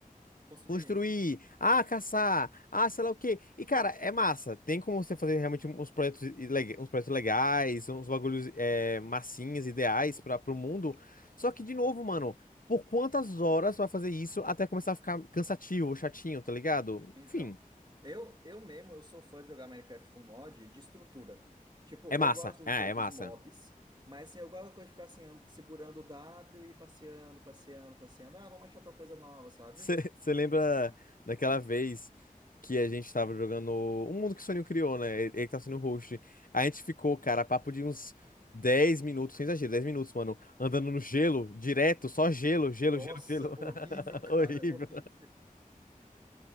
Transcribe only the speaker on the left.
Construir, ah, caçar, ah, sei lá o quê. E, cara, é massa. Tem como você fazer realmente uns projetos, ileg- uns projetos legais, uns bagulhos é, massinhas, ideais para o mundo. Só que, de novo, mano, por quantas horas você vai fazer isso até começar a ficar cansativo, chatinho, tá ligado?
Enfim,
é
massa.
É,
é
massa.
Você lembra daquela vez que a gente tava jogando um mundo que o Soninho criou, né? Ele, ele tá sendo o host. A gente ficou, cara, papo de uns 10 minutos, sem exagero, 10 minutos, mano, andando no gelo, direto, só gelo, gelo,
gelo, gelo.
<laughs>
Horrível.